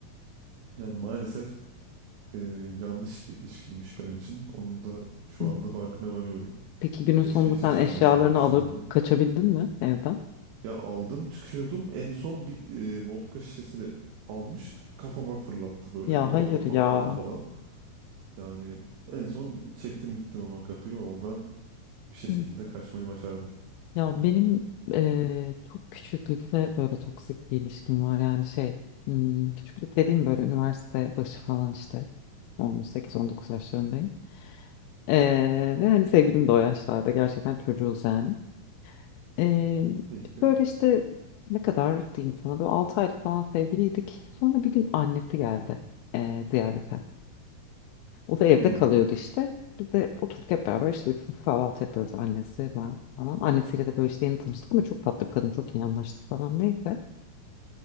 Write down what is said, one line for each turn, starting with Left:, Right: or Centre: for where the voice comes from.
Right: yani maalesef eee, yanlış bir ilişkiymiş benim için. Onun da şu
Left: Hı.
Right: anda farkına varıyorum.
Left: Peki günün
Right: Keşke
Left: sonunda
Right: hiç
Left: sen
Right: yaşanmasaymış
Left: eşyalarını alıp
Right: yani.
Left: kaçabildin mi evden?
Right: Ya aldım çıkıyordum. En son bir e, vodka şişesini almış kafama fırlattı böyle.
Left: Ya
Right: Duvarda
Left: hayır
Right: patladı
Left: ya.
Right: falan. Yani en son çektim gittim ama kapıyı oradan bir şekilde
Left: Hı.
Right: kaçmayı başardım.
Left: Ya benim eee, çok küçüklükte böyle toksik bir ilişkim var yani şey. hmm, küçüklük dediğim böyle üniversite başı falan işte. 18-19 yaşlarındayım. Ee, ve hani sevgilim de o yaşlarda gerçekten çocuğuz yani. Ee,
Right: Peki.
Left: böyle işte ne kadar diyeyim sana böyle 6 aylık falan sevgiliydik. Sonra bir gün annesi geldi ee, ziyarete. O da evde
Right: Hmm.
Left: kalıyordu işte. Biz de oturduk hep beraber işte üçümüz kahvaltı yapıyoruz annesi ben falan. Annesiyle de böyle işte yeni tanıştık ama çok tatlı bir kadın çok iyi anlaştık falan neyse.